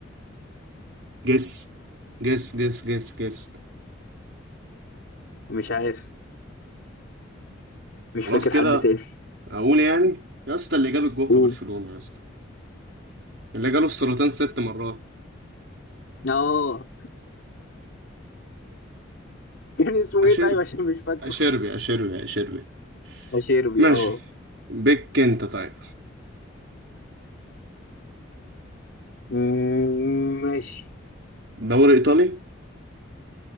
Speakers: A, on the right; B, on the left.
A: جس جس جس جس جس
B: مش عارف مش
A: خلاص
B: فاكر
A: كده
B: حد تاني
A: اقول يعني يا اسطى اللي جاب الجول
B: قول
A: في برشلونة يا اسطى اللي جاله السرطان ست مرات
B: اه كان اسمه
A: اشيربي
B: ايه طيب عشان مش فاكره
A: اشيربي اشيربي اشيربي
B: اشيربي
A: ماشي
B: اه
A: بك انت طيب
B: مم، ماشي
A: دوري ايطالي